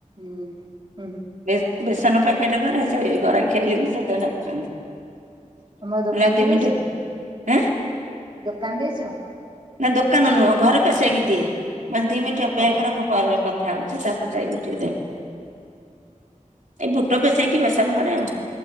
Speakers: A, on the right; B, on the right.
A: ହୁଁ ହୁଁ।
B: ବେସ୍ ବେସନ ପ୍ୟାକେଟ କରେ ସେଗରାଖି ଆଇଲେଣିତ ସେଇଥିପାଇଁ ଡାକୁଚନ୍ତି।
A: ତମର ଦୋକାନ
B: <unintelligible>
A: ବି
B: ଦି
A: ଦେଇଛ
B: ମିନିଟି ଏଁ।
A: ଦୋକାନ ଦେଇଛ?
B: ନା ଦୋକାନ ନୁହଁ ଘରେ ପେସେଇକି ଦିଏ ମାନେ ଦି ମିନିଟ ଅପେକ୍ଷା
A: ଓହ।
B: କର ମୁଁ କରେ କଥ ଥା ହଉଛି ତାପରେ ଯାଇ ଉଠେଇ ଦଉ ଏଇ ବୁଟ ପେସେଇକି ବେସନ କରେ ଆଉ